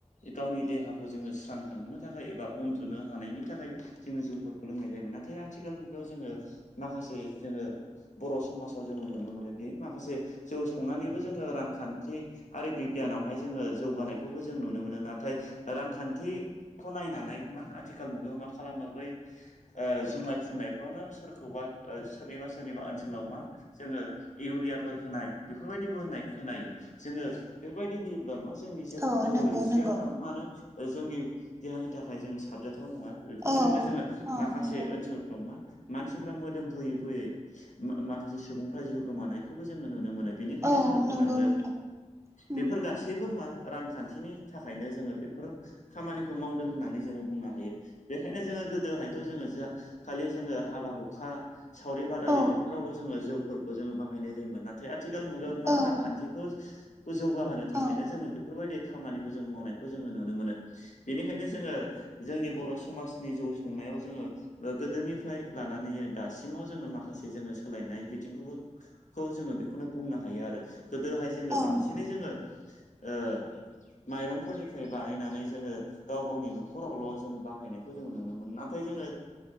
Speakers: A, on the left; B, on the right.
A: गावनि देहाखौ जोंङो स्रां थांहोनो थाखाय एबा उन्दुनो हानायनि थाखाय जोंङो जौफोरखौ लोंनाय जायोमोन नाथाय आथिखाल मुगायाव जोंङो माखासे जोंङो बर' समाजाव जोंङो नुनो मोनोदि माखासे जौ संनानैबो जोंङो रांखान्थि आरो बिगियानावहाय जोंङो जौगानायखौबो जों नुनो मोनो नाथाय रांखान्थि खौ नायनानै मा आथिखाल मुगायाव मा खालामो बै जुमाय फुननायफ्रावनो सोरखौबा सोरनिबा सोरनिबा ओनसोलाव मा जोंङो इउरियाफोर होनाय बेफोरबायदिबो होननाय खोनायो जोंङो बेफोरबायदि होयोब्ला मा जोंनि
B: औ
A: जौ
B: नंगौ
A: रोसिया
B: नंगौ
A: मा मान जोंनि देहानि थाखाय जोंङो साबजाथाव नङा बेफोरजोंनो
B: औ
A: जोंङो
B: औ
A: माखासे
B: नंगौ
A: ओनसोलफ्राव मा मानसिफ्रा मोदोम बुयै बुयै माखासे सुबुंफ्रा जिउ गोमानायखौबो जोंङो नुनो मोनो। बेनिखायनो
B: औ
A: जोंङो बुंनांगो
B: नंगौ नोंथां उम
A: बेफोर गासैबो मा रांखान्थिनि थाखायनो जोंङो बेफोर खामानिखौ मावदों होननानै जोोङो बुंनो हायो बेखायनो जोंङो गोदोहाय थ जोंङो जा खालि जोंङो हाबा हुखा सावरि बादालि
B: औ
A: बेफोरावल' जोंङो जौ फोरखौ जोंङो बाहायनाय जायोमोन नाथाय आथिखाल मुगायाव मा
B: औ
A: रांखान्थिखौ
B: औ
A: जौगाहोनो थाखायनो
B: औ
A: जोंङो बेफोरबायदि खामानिखौ जों मावनायखौ जोंङो नुनो मोनो। बेनिखायनो जोङो जोंनि बर' समाजनि जौ संनायाव जोंङो गोदोनिफ्राय लानानै जो दासिमाव जोंङो माखासे जोंङो सोलायनाय बिथिंखौबो खौ जोंङो बेखौनो बुंनो हायो आरो गोदोहाय जोंङो
B: औ औ
A: बांसिनै जोंङो ओ माइरंफोरनिफ्राय बानायनानै जोंङो गाव गावनि न'खरावल' जोंङो बाहायनायखौ जोंङो नुनो मोन न नाथाय जोंङो